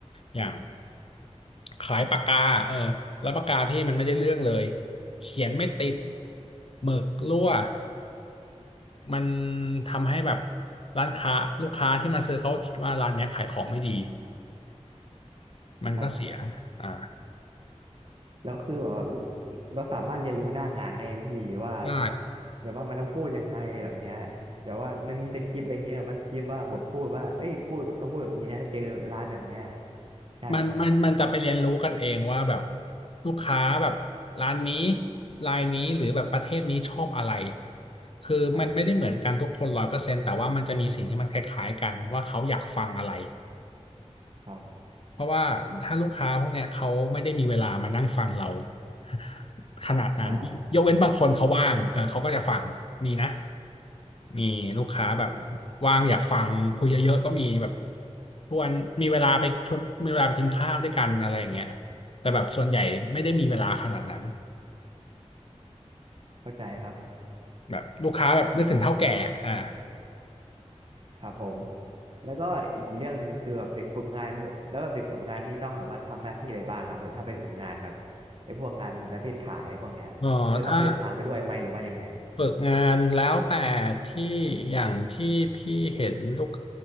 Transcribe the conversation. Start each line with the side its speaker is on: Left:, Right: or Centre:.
Left: อย่างขายปากกาเออแล้วปากกาพี่มันไม่ได้เรื่องเลยเขียนไม่ติดหมึกรั่ว มันทำให้แบบร้านค้าลูกค้าที่มาซื้อเขาก็คิดว่าร้านเนี้ยขายของไม่ดีมันก็เสียอ่า
Right: ครับแล้วคือแบบว่าเราสามารถเรียนรู้หน้างานได้พี่ว่า
Left: ได้
Right: แบบว่ามันต้องพูดยังไงอะไรแบบเนี้ยแต่ว่ามันมีสคริปต์อะไรเงี้ยว่าสคริปต์ว่าบทพูดว่าเอ้ยพูดต้องพูดแบบนี้นะถ้าเจอร้านแบบเนี้ยใช่ครับ
Left: มันมันมันจะไปเรียนรู้กันเองว่าแบบลูกค้าแบบร้านนี้รายนี้หรือแบบประเทศนี้ชอบอะไรคือมันไม่ได้เหมือนกันทุกคนร้อยเปอร์เซ็นต์แต่ว่ามันจะมีสิ่งที่มันคล้ายๆกันว่าเขาอยากฟังอะไร
Right: ครับครับ
Left: เพราะว่าถ้าลูกค้าพวกเนี้ยเขาไม่ได้มีเวลามานั่งฟังเรา <laughs> ขนาดนั้นยกเว้นบางคนเขาว่างเออเขาก็จะฟังมีนะ
Right: ใช่ครับ
Left: มีลูกค้าแบบ
Right: พี่
Left: ว่างอยากฟังคุยเยอะๆก็มีแบบชวนมีเวลาไปชวนมีเวลาไปกินข้าวด้วยกันอะไรอย่างเงี้ยแต่แบบส่วนใหญ่ไม่ได้มีเวลาขนาดนั้น
Right: เข้าใจครับ
Left: แบบลูกค้าแบบนึกถึงเฒ่าแก่อะอ่า
Right: ครับผมแล้วก็อีกเรื่องหนึ่งคือแบบเด็กฝึกงานแบบแล้วแบบเด็กฝึกงานนี่ต้องแบบว่าทำหน้าที่อะไรบ้างครับแบบถ้าไปฝึกงานแบบไอ้พวกงานประเภทขายพวกเนี้ยคือต้องเดินทางไปด้วยไหมหรือว่ายังไง
Left: เออถ้า ฝึกงานแล้วแต่ที่อย่างที่พี่เห็นลูก